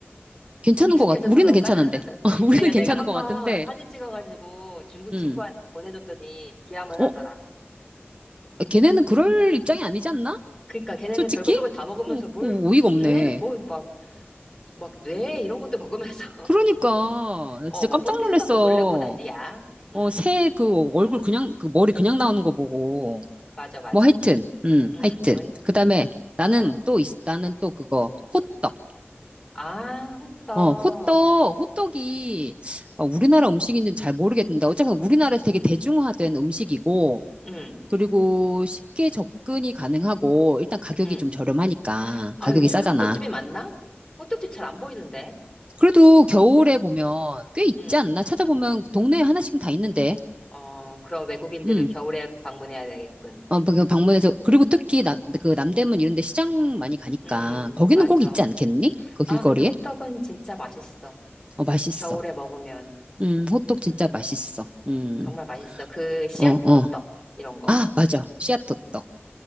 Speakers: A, on the right; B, on the left.
A: 괜찮은
B: 익숙해져서
A: 것 같, 우리는
B: 그런가?
A: 괜찮은데.
B: <laughs>
A: <laughs> 우리는
B: 근데
A: 괜찮은
B: 내가 한번
A: 것 같은데,
B: 사진 찍어가지고 중국 친구한테
A: 음.
B: 보내줬더니 기함을
A: 어,
B: 하더라.
A: 걔네는 그럴 입장이 아니지 않나?
B: 그러니까 걔네는
A: 솔직히?
B: 별거 별거 다 먹으면서
A: 어, 어,
B: 뭘,
A: 어이가 없네.
B: 걔네는 뭘 막, 막 뇌 이런 것도 먹으면서. <laughs>
A: 그러니까, 나
B: 어,
A: 진짜
B: 뭐
A: 깜짝
B: 번데기
A: 놀랐어.
B: 갖고 놀래고 난리야. 음,
A: 어, 새 그 얼굴 그냥, 그 머리 그냥 나오는 거 보고.
B: 맞아, 맞아.
A: 뭐 하여튼, 음,
B: 음,
A: 하여튼.
B: 음,
A: 그 다음에 나는
B: 어.
A: 또, 있- 나는 또 그거, 호떡.
B: 아, 호떡.
A: 어, 호떡, 호떡이 어, 우리나라 음식인지는 잘 모르겠는데, 어쨌든 우리나라에서 되게 대중화된 음식이고,
B: 음,
A: 그리고 쉽게 접근이 가능하고 일단 가격이
B: 음.
A: 좀 저렴하니까
B: 아,
A: 가격이
B: 요즘에
A: 싸잖아.
B: 호떡집이 많나? 호떡집 잘 안 보이던데.
A: 그래도 겨울에 보면 꽤 있지
B: 음,
A: 않나? 찾아보면 동네에 하나씩은 다 있는데.
B: 어, 그럼 외국인들은
A: 음.
B: 겨울에 방문해야 되겠군.
A: 어, 그 방문해서 그리고 특히 나, 그 남대문 이런 데 시장 많이 가니까
B: 음,
A: 거기는
B: 맞아.
A: 꼭 있지 않겠니? 그
B: 아,
A: 길거리에?
B: 근데 호떡은 진짜 맛있어.
A: 어, 맛있어.
B: 겨울에 먹으면.
A: 음, 호떡 진짜
B: 음,
A: 맛있어. 음.
B: 정말 맛있어. 그 씨앗
A: 어, 어.
B: 호떡, 이런 거.
A: 아, 맞아. 씨앗 호떡.